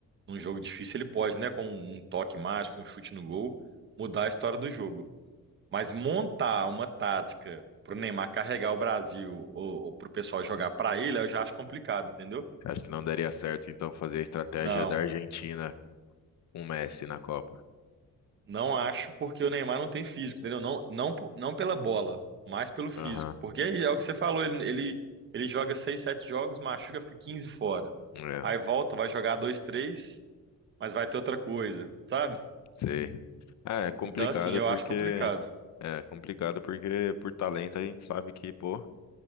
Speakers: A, on the right; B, on the left.
A: Num jogo difícil, ele pode, né? Com um toque mágico, um chute no gol, mudar a história do jogo. Mas montar uma tática pro Neymar carregar o Brasil ou, ou pro pessoal jogar pra ele, eu já acho complicado, entendeu?
B: Acho que não daria certo, então, fazer a estratégia
A: Não,
B: da Argentina com o Messi na Copa.
A: não acho porque o Neymar não tem físico, entendeu? Não, não, po- não pela bola, mas pelo físico.
B: Aham,
A: Porque é, é o que você falou, ele, ele, ele joga seis, sete jogos, machuca, fica 15 fora.
B: é,
A: Aí volta, vai jogar dois, três, mas vai ter outra coisa, sabe?
B: sei. Ah, é complicado
A: Então, assim, eu
B: porque...
A: acho complicado.
B: É complicado porque por talento a gente sabe que, pô,